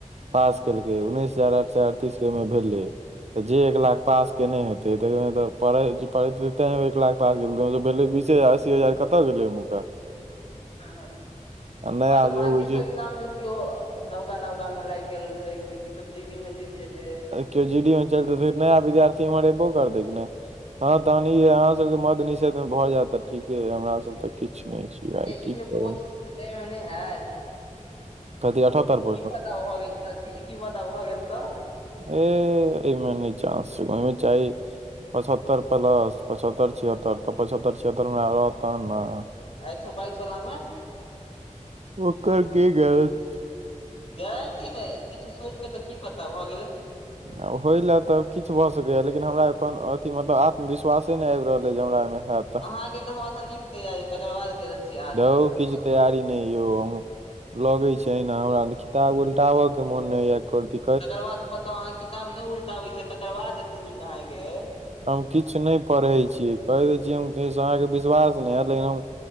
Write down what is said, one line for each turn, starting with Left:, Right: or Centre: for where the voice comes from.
Right: पास केलकै, उन्नैस हजार अठ स अड़तीस के ओहिमे भेलै। तऽ जे एक लाख पास केने हेतै त, तऽ पढ़ पढ़े तें एक लाख पास गेल भेलै, बीसे हजार, अस्सी हजार कतऽ गेलै एमुरका।
Left: हँ- हँ।
Right: नया
Left: हँ तऽ बंकीसब
Right: जे अबै छै
Left: इग्जाम में केओ, नवका -नवका में लागि गेल रहे के किछो जे दिन मे टुट जेतै।
Right: के जीडी में चलते, नया विद्यार्थी एम्हार एबो करते ने। हँ, तहन अहाँ सबके मद्य निषेध में भऽ जायत तऽ ठीके अय, हमरा सब त किछु नहि छी, आाय की
Left: ई
Right: कहू
Left: जे पोस्ट छी, तै मे नहि हैत।
Right: कथी अठहतर प
Left: की पता भऽ गेल तऽ, क की पता भऽ गेल तऽ।
Right: ए, एहिमे नहि चस छै, ओहिमे चाहि पचहत्तर प्लस, पछहत्तर, छिहत्तर, तऽ पचछत्तर छिहत्तर हमरा रहत तखन ने।
Left: एक सौ बाइस वला मे।
Right: ओकर की गेरेन्ट
Left: गारंटी नहि, किछु सोच के तऽ, की पता भऽ गेलै।
Right: आ होइलए तऽ किछु भऽ सकैए, लेकिन हमरा कोनो अथी मतलब आत्मविश्वासे नहि आबि रहल अइ, जे हमरा एहिमे हयैत।
Left: अहाँके तऽ हमरास नीक तैयारी, तकर बाद कह रहल छी, आ आत्मविश्वास,
Right: धौ किछु
Left: बताउ।
Right: तैयारी नहि यौ, हम लगे छै ए ना, हमरा किताब उलटाबय के मन नहि होइया एको रती।
Left: तकर बाद इ बताउ, अहाँ किताब नहि उलटाबे छियै, तेकर बाद एते नीक अहाँके गेल।
Right: हम किछु नहि पढ़ै छीयै, कहि दै छियै हम कि, अहाँके विश्वास नहि हैत, लेकिन हम